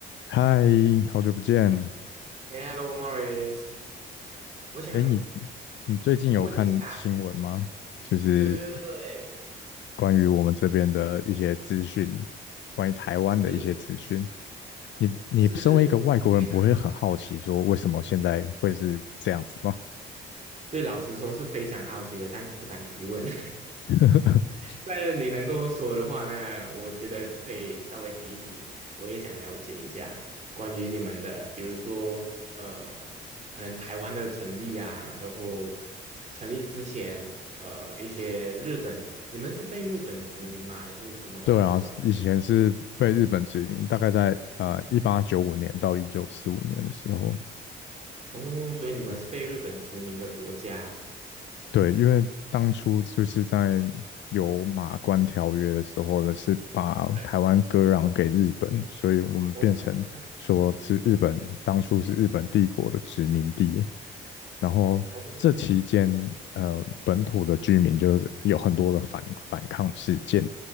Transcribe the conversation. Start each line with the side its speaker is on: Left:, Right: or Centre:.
Left: 嗨，好久不见。
Right: h e l l o Morris，我想
Left: 哎，你你最近有看新闻吗？
Right: 问一下，
Left: 就是
Right: 对对对对，
Left: 关于我们这边的一些资讯，关于台湾的一些资讯。
Right: 是
Left: 你你身为一个外国人，
Right: 是，我是非常好奇，
Left: 不会很好奇说为什么现在会是这样子吗？
Right: 对，老实说是非常好奇的，但是不敢提问。<laughs>
Left: <laughs>
Right: 但是你能够说的话，那我觉得可以稍微提一提，我也想了解一下关于你们的，比如说呃，可能台湾的成立啊，然后成立之前，呃，一些日本，你们是被日本殖民吗？还是什么啊？
Left: 对啊，
Right: 那时候？
Left: 以前是被日本殖民，大概在呃一八九五年到一九四五年的时候。
Right: 哦，所以你们是被日本殖民的国家。
Left: 对，因为当初就是在有马关条约的时候呢，是把台湾割让给日本，
Right: 对，
Left: 所以我们变成说是日本，
Right: 哦
Left: 当初是日本帝国的殖民地。然后这期间，
Right: 哦，
Left: 呃，本土的居民就是有很多的反反抗事件，